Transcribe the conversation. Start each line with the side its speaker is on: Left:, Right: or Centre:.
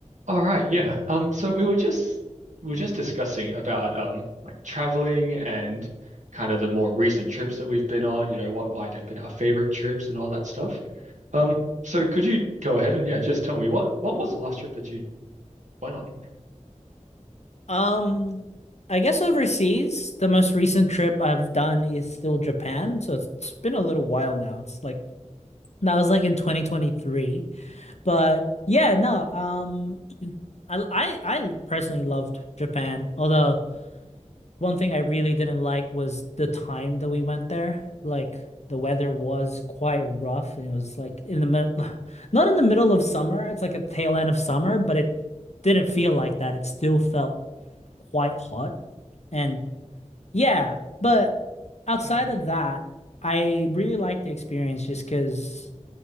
Right: All right, yeah. Um, so we were just we were just discussing about um like traveling and kind of the more recent trips that we've been on, you know, what might have been our favorite trips and all that stuff. Um, so could you go ahead and yeah, just tell me what what was the last trip that you went on?
Left: Um, I guess overseas, the most recent trip I've done is still Japan. So it's, it's been a little while now. It's like that was like in 2023. But yeah, no, um I I I personally loved Japan. Although one thing I really didn't like was the time that we went there. Like the weather was quite rough and it was like in the mid <sighs> not in the middle of summer. It's like a tail end of summer, but it didn't feel like that. It still felt quite hot. And yeah, but outside
Right: Mm.
Left: of that, I really like the experience just because